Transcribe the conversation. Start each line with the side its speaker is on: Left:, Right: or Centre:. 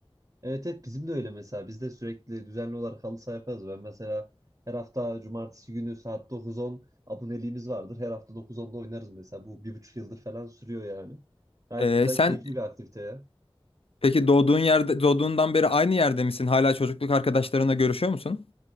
Right: Evet evet bizim de öyle mesela. Biz de sürekli düzenli olarak halı saha yaparız. Ben mesela her hafta cumartesi günü saat 9-10 aboneliğimiz vardır. Her hafta 9-10'da oynarız mesela. Bu bir buçuk yıldır falan sürüyor yani. Gayet
Left: E,
Right: güzel,
Left: sen
Right: keyifli bir aktivite ya.
Left: Peki doğduğun yerde doğduğundan beri aynı yerde misin? Hala çocukluk arkadaşlarına görüşüyor musun?